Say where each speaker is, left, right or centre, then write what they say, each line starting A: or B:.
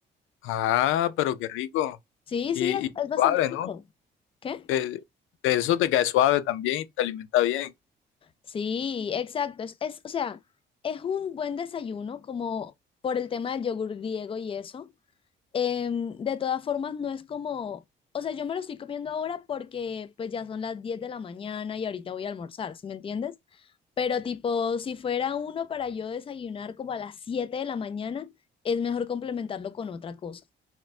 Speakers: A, on the left; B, on the left.
A: Ah, pero qué rico.
B: Sí,
A: Y,
B: sí, es,
A: y
B: es bastante
A: suave,
B: rico.
A: ¿no?
B: ¿Qué?
A: Eh, de eso te cae suave también y te alimenta bien.
B: Sí, exacto. Es, es, o sea, es un buen desayuno como por el tema del yogur griego y eso, Em, de todas formas, no es como, o sea, yo me lo estoy comiendo ahora porque pues ya son las 10 de la mañana y ahorita voy a almorzar, ¿sí me entiendes? Pero tipo, si fuera uno para yo desayunar como a las 7 de la mañana, es mejor complementarlo con otra cosa.